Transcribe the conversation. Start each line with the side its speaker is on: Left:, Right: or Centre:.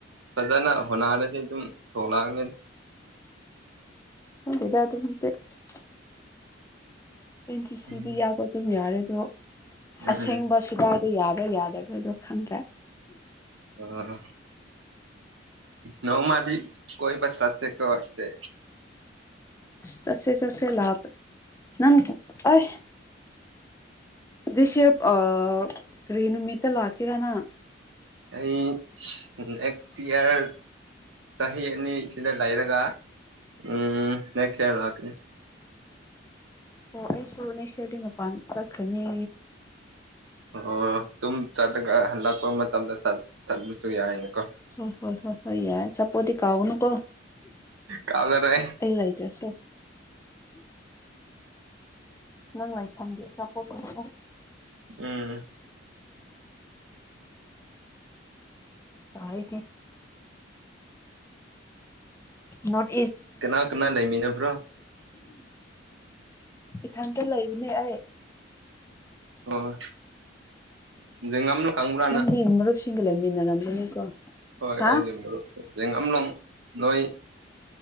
Right: ꯐꯖꯅ ꯍꯣꯠꯅꯔꯗꯤ ꯑꯗꯨꯝ ꯊꯣꯛꯂꯅꯒꯅꯤ
Left: ꯈꯪꯗꯦꯗꯥ ꯑꯗꯨ <unintelligible> ꯑꯦꯟꯁꯤꯁꯤꯗꯤ
Right: ꯎꯝ
Left: ꯌꯥꯎꯕ ꯑꯗꯨꯝ ꯌꯥꯔꯦ ꯑꯗꯣ
Right: ꯎꯝ
Left: ꯑꯁꯦꯡꯕ ꯀꯗꯥꯏꯗ ꯌꯥꯕ꯭ꯔꯥ ꯌꯥꯗꯕ꯭ꯔꯥꯗꯣ ꯈꯪꯗ꯭ꯔꯦ
Right: ꯑꯣ ꯅꯣꯡꯃꯗꯤ ꯀꯣꯏꯕ ꯆꯠꯁꯦꯀꯣ ꯑꯗꯨꯗꯤ
Left: ꯆꯠꯁꯦ ꯆꯠꯁꯦ ꯂꯥꯛꯇ ꯅꯪ ꯑꯩ ꯗꯤꯁ ꯌꯔ ꯑꯥ ꯀꯔꯤ ꯅꯨꯃꯤꯠꯇ ꯂꯥꯛꯀꯔ ꯅꯪ
Right: ꯑꯩ ꯅꯦꯛꯁ ꯏ꯭ꯌꯔ ꯆꯍꯤ ꯑꯅꯤ ꯁꯤꯗ ꯂꯩꯔꯒ ꯎ ꯅꯦꯛꯁ ꯏꯌꯥꯔ ꯂꯥꯛꯀꯅꯤ
Left: ꯑꯣ ꯑꯩꯁꯨ ꯅꯦꯛꯁ ꯌꯔꯗꯤ ꯃꯄꯥꯟ ꯆꯠꯈꯔꯅꯤ
Right: ꯑꯁ <unintelligible> ꯑꯣ ꯑꯗꯨꯝ ꯆꯠꯂꯒ ꯍꯜꯂꯛꯄ ꯃꯇꯝꯗ ꯆꯠꯂꯁꯨ ꯌꯥꯏꯅꯦꯀꯣ
Left: ꯍꯣꯏ ꯍꯣꯏ ꯍꯣꯏ ꯍꯣꯏ ꯌꯥꯏ ꯆꯥꯄꯣꯠꯗꯤ ꯀꯥꯎꯒꯅꯨꯀꯣ
Right: ꯀꯥꯎꯂꯔꯣꯏ
Left: ꯑꯩ ꯂꯩꯇꯔ꯭ꯁꯨ ꯅꯪ ꯂꯩꯐꯝꯒꯤ ꯑꯆꯥꯄꯣꯠ ꯄꯨꯔꯛ ꯑꯣ
Right: ꯎꯝ
Left: ꯇꯥꯏꯍꯦ ꯅꯣꯔꯠ
Right: ꯀꯅꯥ ꯀꯅꯥ ꯂꯩꯃꯤꯟꯕ꯭ꯔꯣ
Left: ꯏꯊꯪꯇ ꯂꯩꯕꯅꯦ ꯑꯩ
Right: ꯑꯣ ꯖꯦꯉꯝ ꯅ ꯈꯪꯕ꯭ꯔ
Left: ꯅꯪꯗꯤ ꯃꯔꯨꯞꯁꯤꯡꯒ ꯂꯩꯃꯤꯟꯅꯔꯝꯒꯅꯤꯀꯣ
Right: ꯍꯣꯏ
Left: ꯍꯥ
Right: ꯑꯩꯒꯤ ꯃꯔꯨꯞꯁꯦ ꯌꯦꯡꯝꯂꯣꯡ ꯅꯣꯏ